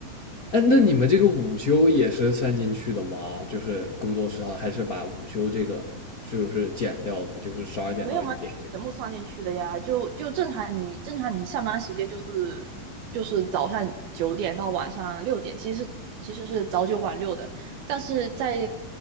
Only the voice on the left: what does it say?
哎，那你们这个午休也是算进去的吗？就是工作时长，还是把午休这个就是减掉的，就是十二点到一点这个？